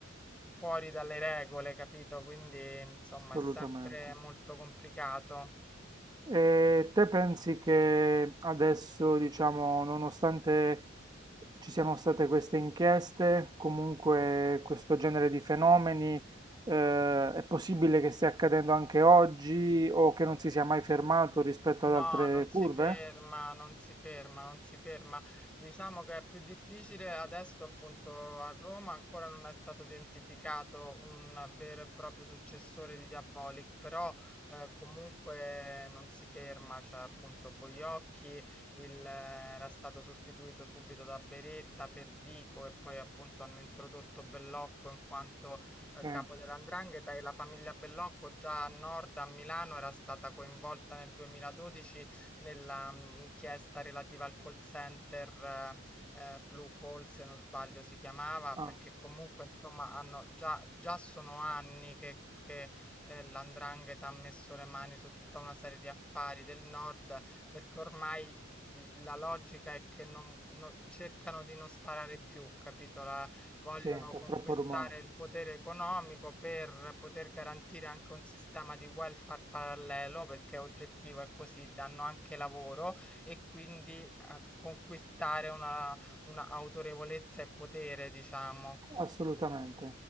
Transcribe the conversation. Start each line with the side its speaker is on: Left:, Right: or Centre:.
Centre: Fuori dalle regole, capito? Quindi, insomma,
Right: assolutamente.
Centre: è sempre molto complicato.
Right: E te pensi che adesso, diciamo, nonostante ci siano state queste inchieste, comunque questo genere di fenomeni, eh, è possibile che stia accadendo anche oggi o che non si sia mai fermato rispetto
Centre: No,
Right: ad altre
Centre: non si
Right: curve?
Centre: ferma, non si ferma, non si ferma. Diciamo che è più difficile adesso, appunto, a Roma ancora non è stato identificato un vero e proprio successore di Diabolic, però eh, comunque non si ferma, cioè appunto Boiocchi il, eh, era stato sostituito subito da Beretta, Ferdico e poi appunto hanno introdotto Bellocco in quanto eh,
Right: Sì.
Centre: capo dell''ndrangheta e la famiglia Bellocco già a nord a Milano era stata coinvolta nel 2012 nella mh, inchiesta relativa al call center eh, eh, Blue Call, se non sbaglio si chiamava,
Right: Ah,
Centre: perché comunque insomma hanno già, già sono anni che che eh, l'andrangheta ha messo le mani su tutta una serie di affari del nord, perché ormai di- la logica è che non, non- cercano di non sparare più, capito? La, vogliono
Right: sì, fa
Centre: conquistare
Right: troppo rumore.
Centre: il potere economico per poter garantire anche un sistema di welfare parallelo, perché oggettivo è così, danno anche lavoro e quindi eh, conquistare una, una autorevolezza e potere, diciamo.
Right: Assolutamente,